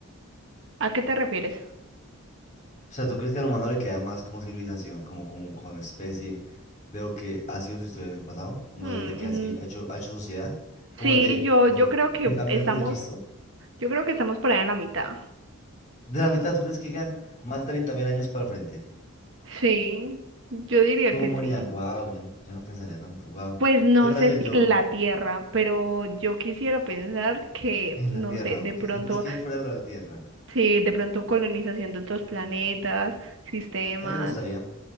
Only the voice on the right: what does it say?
¿A qué te refieres?
Hmm,
mm,
sí,
yo
yo
creo que
estamos
yo creo que estamos por ahí en la mitad.
Sí, yo diría
que
sí.
Pues no
sé
si
en la
Tierra, pero yo quisiera pensar que,
no
sé, de
pronto,
sí, de pronto colonización de otros planetas, sistemas,